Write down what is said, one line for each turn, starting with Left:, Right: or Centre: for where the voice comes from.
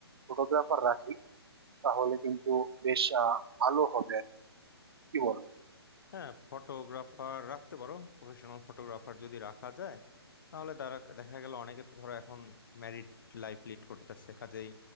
Right: ফটোগ্রাফার রাখি তাহলে কিন্তু বেশ আহ, ভালো হবে আর কি। কি বলো
Left: হ্যাঁ ফটোগ্রাফার রাখতে পারো প্রফেশনাল ফটোগ্রাফার যদি রাখা যায় তাহলে তারা দেখা গেল অনেকে তো ধরো এখন ম্যারিড লাইফ লিড করতেছে কাজেই